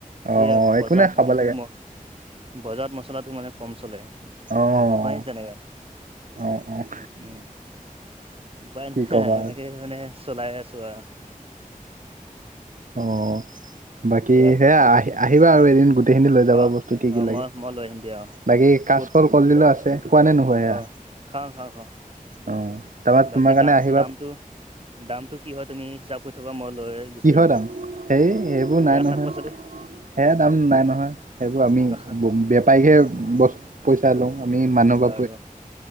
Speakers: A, on the right (about 65°); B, on the right (about 40°).
A: অ',
B: এই বজাৰত
A: একো নাই খাব
B: যোনটো
A: লাগে
B: ম বজাৰত মচলাটো মানে কম চলে। নহয়
A: অ',
B: তেনেকাই।
A: অ', অ',
B: উম উপায়
A: কি
B: নাই
A: ক'বা
B: আৰু এনেকে। মানে চলাই আছো আৰু। উম
A: অ' বাকী
B: দিয়াত
A: সেয়া আহি আহিবা আৰু এদিন গো। টেইখিনি লৈ যাবা
B: অ
A: বস্তু কি কি
B: অ
A: লাগে।
B: মই মই লৈ আহিম দিয়া অ
A: বাকী কাজকল
B: ক'ত
A: কলদিলৰ আছে খোৱা নে নখোৱা সেইয়া
B: অ খাওঁ খাওঁ খাওঁ
A: অ। তাৰপৰা
B: বাকী
A: তোমাৰ কাৰণে
B: দাম
A: আহিবা
B: দামটো দামটো কি হয় তুমি হিচাপ কৰি থবা মই লৈ। গুচি
A: কিহৰ
B: আহিম
A: দাম
B: দিয়া
A: হে হেইবোৰ নাই
B: এইয়া
A: নহয়।
B: শাক পাচলি
A: সেযয়া দাম নাই নহয় সেইবোৰ আমি
B: আহ
A: বেপাৰীকহে বস। পইচা লওঁ আমি মানু <inaudible>
B: বাৰু